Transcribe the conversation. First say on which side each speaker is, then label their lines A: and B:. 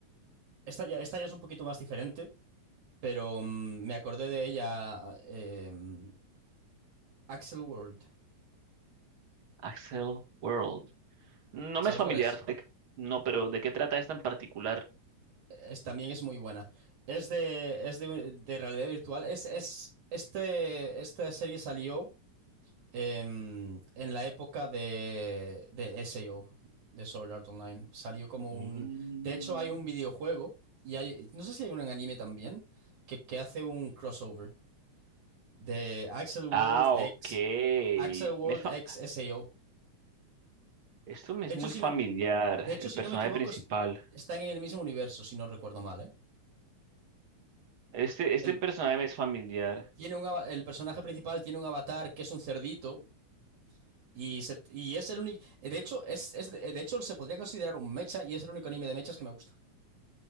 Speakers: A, on the right (about 75°); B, on the right (about 50°).
A: esta ya, esta ya es un poquito más diferente, pero mm, me acordé de ella. eh, mm, Axel World.
B: Axel World. No
A: ¿Sabes
B: me es familiar,
A: cuál es?
B: de qué- no, pero ¿de qué trata esta en particular?
A: Es- también es muy buena. Es de, es de, de realidad virtual. Es, es, este, esta serie salió. em, en la época de, de SAO, de Sword Art Online. Salió como
B: Mm.
A: un... De hecho, hay un videojuego, y hay... No sé si hay un anime también, que, que hace un crossover de Axel World
B: Ah,
A: X...
B: ok. Me
A: Axel World
B: es fa-
A: X SAO.
B: Esto me es
A: De hecho,
B: muy
A: si
B: familiar,
A: no, de hecho,
B: el
A: si
B: personaje
A: no me equivoco,
B: principal.
A: es- está en el mismo universo, si no recuerdo mal, ¿eh?
B: Este, este
A: El,
B: personaje me es familiar.
A: tiene un, ava- el personaje principal tiene un avatar que es un cerdito Y, se- y es el único. De hecho, es, es- de hecho, se podría considerar un mecha y es el único anime de mechas que me gusta.